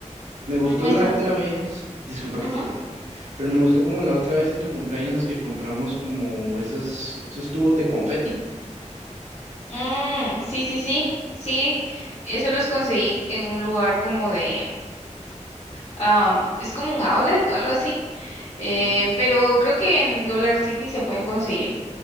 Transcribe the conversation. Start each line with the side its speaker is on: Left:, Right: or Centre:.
Right: Me gustó
Left: Mm, está.
Right: la otra vez, disculpa
Left: ujú.
Right: que te interrumpa, pero me gustó como la otra vez en tu cumpleaños que compramos como esas, esos tubos de confeti.
Left: Mm, sí, sí, sí, sí. Eso los conseguí en un lugar como de, am, es como un outlet o algo así. Eh,
Right: Mm,
Left: pero creo que en Dollar City se pueden conseguir.